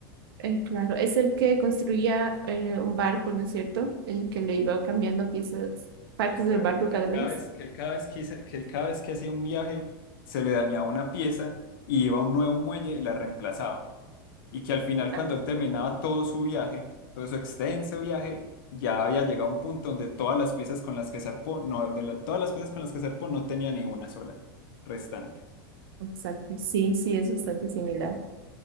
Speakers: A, on the right (about 80°); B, on the left (about 70°).
A: Eh, claro, es el que construía eh, un barco, ¿no es cierto? El que le iba cambiando piezas, partes
B: Exacto,
A: del barco
B: que
A: cada
B: él cada
A: vez.
B: vez, que él cada vez que, hice- que él cada vez que hacía un viaje se le dañaba una pieza y iba a un nuevo muelle y la reemplazaba. Y que al final cuando
A: Ah,
B: él terminaba todo su viaje, todo su extenso viaje, ya había llegado a un punto donde todas las piezas con las que zarpó, no, de la- todas las piezas con las que zarpó no tenía ni una sola restante.
A: exacto. Sí, sí, es bastante similar.